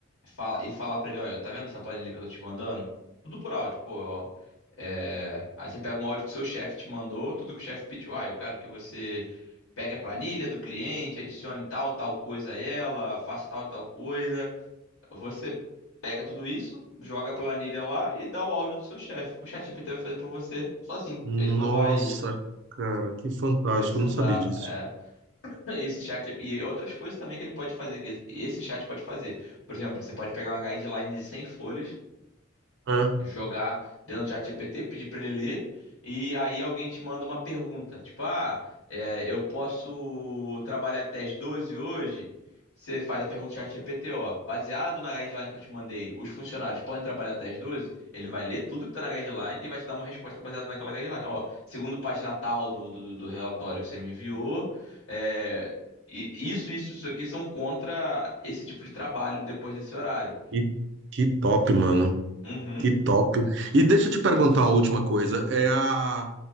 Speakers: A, on the left; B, on the right.
A: Fala- e falar pra ele, olha, tá vendo essa planilha que eu tô te mandando? Tudo por áudio, pô, ó. É, Aí você pega um áudio que o seu chefe te mandou, tudo que o chefe pediu. Ah, eu quero que você pegue a planilha do cliente, adicione tal, tal coisa a ela, faça tal, tal coisa. Você pega tudo isso, joga a planilha lá e dá o áudio do seu chefe. O ChatGPT vai fazer pra você sozinho.
B: Nossa,
A: Ele não vai
B: cara, que fantástico.
A: precisar.
B: Eu não sabia disso.
A: é, <laughs> Esse chat e outras coisas também que ele pode fazer, que esse chat pode fazer. Por exemplo, você pode pegar uma guideline de cem folhas
B: É.
A: jogar dentro do ChatGPT, pedir para ele ler, e aí alguém te manda uma pergunta, tipo, ah, é, eu posso trabalhar até as 12 hoje? Você faz a pergunta do ChatGPT, ó, baseado na guideline que eu te mandei, os funcionários podem trabalhar até as 12? Ele vai ler tudo que tá na guideline e vai te dar uma resposta baseada naquela guideline. Ó, segundo página tal do, do, do do relatório que você me enviou, é, e- Isso, isso, isso aqui são contra esse tipo de trabalho depois desse horário.
B: E que top, mano.
A: Uhum,
B: Que top. E deixa eu te perguntar uma última coisa. É a...